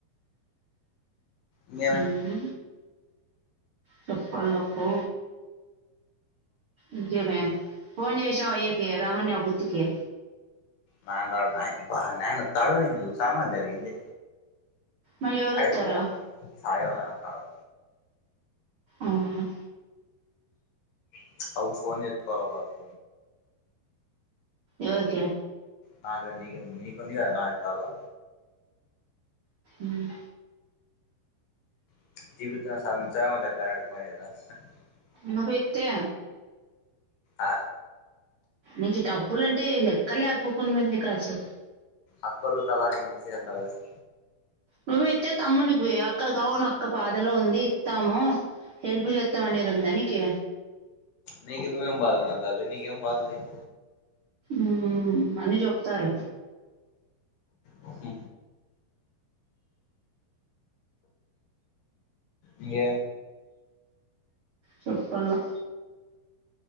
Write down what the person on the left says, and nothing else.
ఇంకేమి
నాన రాడు నాయన్ అబ్బా నాయన వత్తాడు నేనుూసాను జరిగింది.
అయపూయ్య సాయం అ వత్తాడు.
ప్చ్ అవ్ ఫోన్ జే ఎట్టుకోవాలి ఆగు
నాదే నిగ నీకు ఉంది కదా నయిదు సర్లా
<unintelligible>
ఆ
అక్కోల్లు తలగింది సెత్త అన్నసి
నీకు నువ్వే ఏం బాధలో ఉన్నావు తల్లి నీక ఏం బాధ ఇది.
హు ఇంగే